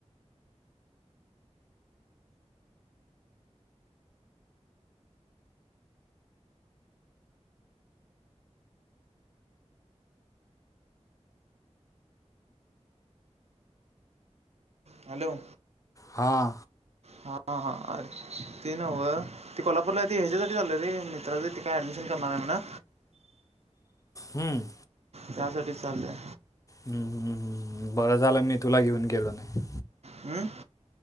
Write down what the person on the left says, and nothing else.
हां
हमम
ह्म ह बरं झालं मी तुला घेऊन गेलो नाही